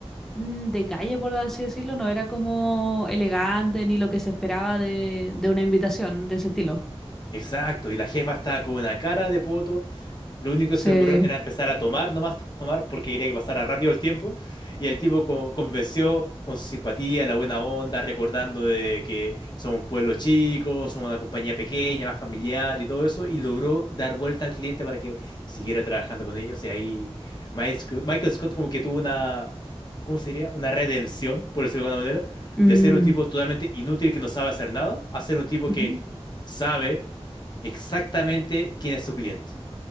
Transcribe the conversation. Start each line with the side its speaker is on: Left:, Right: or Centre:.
Centre: mm, de calle, por así decirlo, no era como elegante ni lo que se esperaba de, de una invitación de ese estilo.
Left: Exacto, y la jefa estaba con una cara de poto Lo único
Centre: Sí.
Left: que se le ocurrió era empezar a tomar, nomás tomar, porque quería que pasara rápido el tiempo. Y el tipo con- convenció con su simpatía, la buena onda, recordando de que son un pueblo chico, son una compañía pequeña, más familiar y todo eso. Y logró dar vuelta al cliente para que siguiera trabajando con ellos. Y ahí Maes- Michael Scott como que tuvo una, ¿cómo sería? Una redención, por decirlo de alguna manera,
Centre: Mm,
Left: de ser un tipo totalmente inútil que no sabe hacer nada, a ser un tipo
Centre: ujú.
Left: que sabe exactamente quién es su cliente.